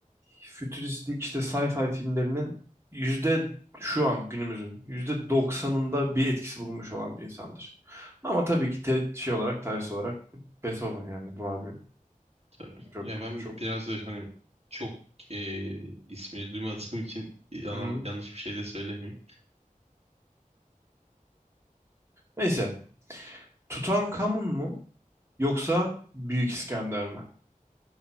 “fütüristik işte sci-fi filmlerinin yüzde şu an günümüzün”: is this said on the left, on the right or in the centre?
Right